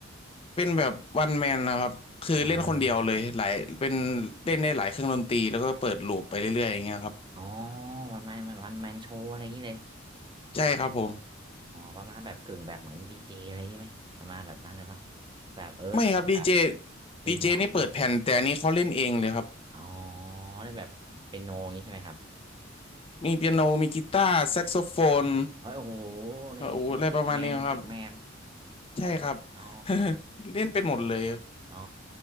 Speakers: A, on the left (about 30°); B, on the right (about 25°).
A: เป็นแบบวันแมนนะครับคือเล่นคนเดียวเลยหลายเป็น
B: อ่า
A: เล่นได้หลายเครื่องดนตรีแล้วก็เปิดลูปไปเรื่อยๆอย่างเงี้ยครับ
B: อ๋อมันมันมันมันแมนโชว์อะไรอย่างนี้เลย
A: ใช่ครับผม
B: อ๋อประมาณแบบกึ่งแบบเหมือนดีเจอะไรอย่างนี้ไหมประมาณแบบนั้นเลยปะแบบเออสามารถแบบ
A: ไม่ครับดีเจ
B: เจออย่างนะ
A: ดีเจนี่เปิดแผ่นแต่อันนี้เขาเล่นเองเลยครับ
B: อ๋อได้แบบเป็นโนอย่างนี้ใช่ไหมครับ
A: มีเปียโนมีกีตาร์แซกโซโฟน
B: เฮ้ยโอ้โหในมิวสิกแมนมิวสิกแมน
A: โอ้โหอะไรประมาณนี้ครับ ใช่ครับ
B: <laughs> อ๋อ
A: <laughs> เล่นเป็นหมดเลย
B: อ๋อ